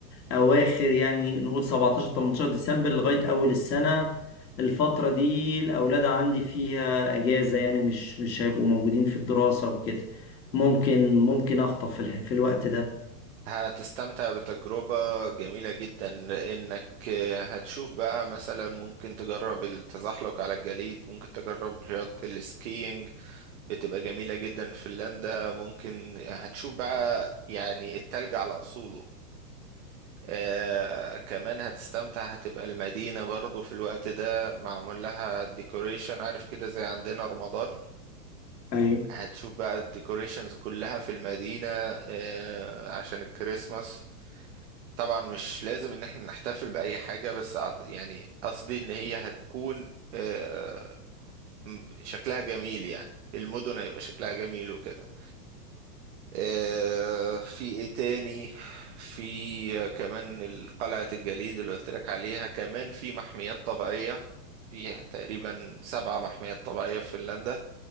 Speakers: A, on the left; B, on the right.
A: اواخر يعني نقول 17 18 ديسمبر لغاية اول السنة الفترة دي الاولاد عندي فيها اجازة يعني مش مش هيبقوا موجودين في الدراسة وكده ممكن ممكن اخطف في الح- في الوقت ده
B: هتستمتع بتجربة جميلة جدا لأنك آه، هتشوف بقى مثلا ممكن تجرب التزحلق على الجليد ممكن تجرب رياضة السكينج بتبقى جميلة جدا فنلندا ممكن هتشوف بقى يعني التلج على أصوله آه كمان هتستمتع هتبقى المدينة برضو في الوقت ده معمول لها ديكوريشن عارف كده زي عندنا رمضان
A: ايوه
B: هتشوف بقى الديكوريشنز كلها في المدينة آه عشان الكريسماس طبعا مش لازم ان احنا نحتفل بأي حاجة بس أعت- يعني قصدي ان هي هتكون آه م- شكلها جميل يعني المدن هيبقى شكلها جميل وكده آه، في ايه تاني في آه، كمان ال- قلعة الجليد اللي قلت لك عليها كمان في محميات طبيعية في تقريبا سبعة محميات طبيعية في فنلندا